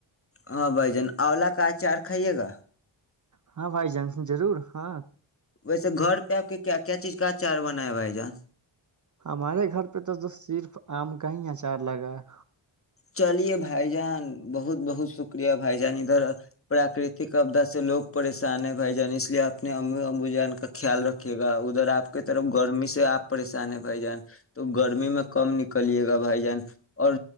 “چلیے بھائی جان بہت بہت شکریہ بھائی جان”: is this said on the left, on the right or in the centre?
Left